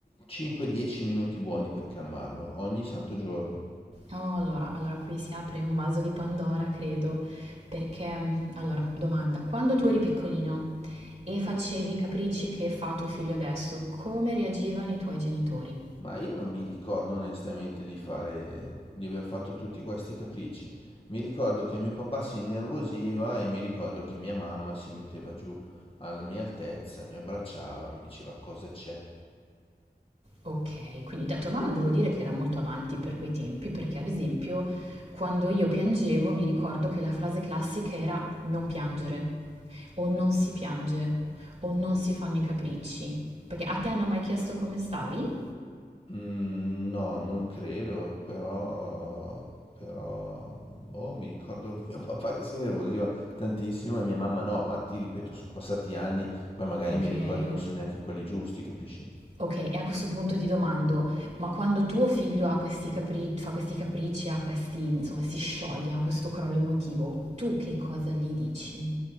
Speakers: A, on the left (about 35°); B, on the right (about 40°).
A: 5-10 minuti buoni per calmarlo, ogni santo giorno.
B: Oh, allora, allora qui si apre un vaso di Pandora, credo, perché, mm, allora, domanda, quando tu eri piccolino e facevi i capricci che fa tuo figlio adesso, come reagivano i tuoi genitori?
A: Ma io non mi ricordo onestamente di fare, di aver fatto tutti questi capricci. Mi ricordo che mio papà si innervosiva e mi ricordo che mia mamma si metteva giù alla mia altezza, mi abbracciava, mi diceva cosa c'è.
B: Okay, quindi da tua mamma devo dire che era molto avanti per quei tempi, perché ad esempio quando io piangevo mi ricordo che la frase classica era non piangere o non si piange o non si fanno i capricci. Perché a te hanno mai chiesto come stavi?
A: Mm, no, non credo, però, però, boh, mi ricordo <laughs> mio papà che si innervosiva tantissimo e mia mamma no, ma ti ripeto, sono passati anni, poi magari
B: Okay.
A: i miei ricordi non sono neanche quelli giusti, capisci?
B: Okay, e a questo punto ti domando, ma quando tuo figlio ha questi capri- fa questi capricci, ha questi, insomma, si scioglie, ha questo crollo emotivo, tu che cosa gli dici?